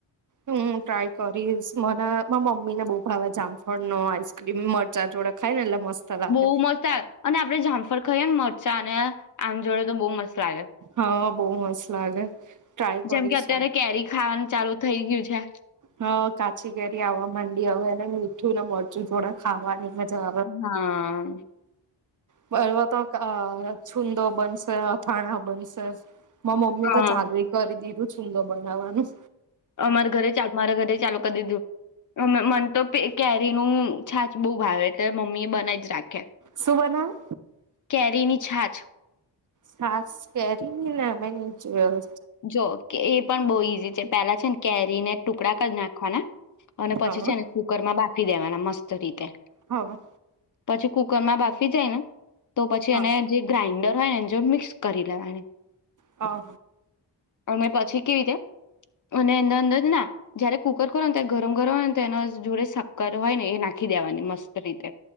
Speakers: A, on the right; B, on the left.
A: હું ટ્રાય કરીશ મરા મમ્મી ને બહુ ભાવે જામફળ નો આઈસ્ક્રીમ મરચા જોડે ખાય ને એટલે મસ્ત લાગે
B: બહુ મસ્ત આવે અને આપડણે જામફર ખાઈએ ને મરચાં અને આમ જોડે તો બહુ મસ્ત લાગે
A: હા બહુ મસ્ત લાગે ટ્રાય કરીશું
B: જેમ કે અત્યારે કેરી ખાવાનું ચાલુ થઈ ગયું છે
A: હ કાચી કેેરી આવવા માંડી હવે એ મીઠું ને મોજું થોડાક ખાવાની મજા
B: હા
A: બવા તો આ છુંંદો બનશે અથાણા બનશે મા મમ્મી
B: હા
A: તો ચાાલ કરી દ એ હદ બનાવવાનું
B: અમારા ઘરે ચ મારા ઘરે ચાલુ કરી દીધું અ મને તો કેરી નું છાચ બહુ ભાવે મમ્મી બનાઈ જ રાખે
A: શું બનાવે
B: કેરીની છાછ
A: સાસ કે ને અં ન જોયો
B: જો કે એ પણ બોઈ પેલા છે ને કેરીને ટુકડા જ નાખવાના અને પછી
A: હા
B: છે એને કુકરમાં બાફી દેવાના મસ્ત રીતે.
A: હા
B: પછી કુકર માં બાફી જાય ને. તો પછી
A: હા
B: એને જે ગ્રાઇન્ડર હોય ને જો મિક્સ કરી લેવાની.
A: હા
B: અ પછી કેવી રીતે અને અર અંદર ના જયારે કુકર કરને ત્યારે ગરમ ગરમ હોય ને તો એના જોડે સાક્કર હોય ને એ નાખી. નાખી દેવાની મસ્ત રીતે.